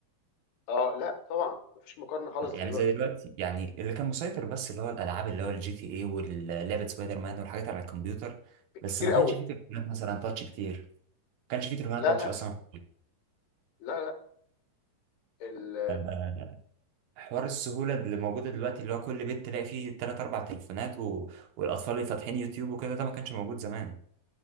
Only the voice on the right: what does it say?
يعني
زي دلوقتي يعني اللي كان مسيطر بس اللي هو الألعاب اللي هو الجي تي إيه واللعبة سبايدر مان والحاجات على الكمبيوتر
بس ما
كانش فيه تليفونات مثلا تاتش كتير ما كانش فيه تليفونات
تاتش
أصلا
آه، حوار السهولة اللي موجودة دلوقتي اللي هو كل بيت تلاقي فيه تلات أربع تليفونات و... والأطفال اللي فاتحين يوتيوب وكده ده ما كانش موجود زمان